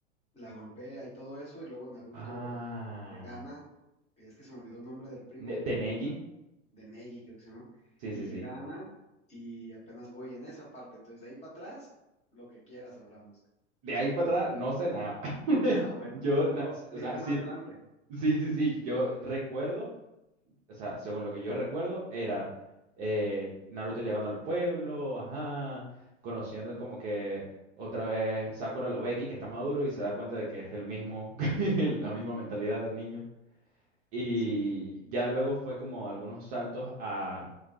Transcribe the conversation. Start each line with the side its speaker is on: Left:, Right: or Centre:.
Left: la golpea y todo eso, y luego Naruto
Right: Ah,
Left: le gana, es que se me olvidó el nombre del primo,
Right: Ne-
Left: pero
Right: de Neji.
Left: le gana al de Neji, creo que se llama,
Right: Sí,
Left: y
Right: sí,
Left: le
Right: sí.
Left: gana, y apenas voy en esa parte, entonces de ahí para atrás, lo que quieras hablamos. <laughs>
Right: De ahí para atrás no sé nada. <laughs>
Left: Ah, bueno,
Right: Yo, na-
Left: tú va-
Right: s-
Left: viste
Right: o sea, sí,
Left: más adelante.
Right: sí, sí, sí. Yo recuerdo, o sea, según lo que yo recuerdo, era eh, Naruto llegando al pueblo, ajá, conociendo como que otra vez Sakura lo ve aquí, que está maduro y se da cuenta de que es el
Left: Ujú.
Right: mismo, <laughs> la misma mentalidad del niño. Y
Left: Sí,
Right: ya luego fue como algunos saltos a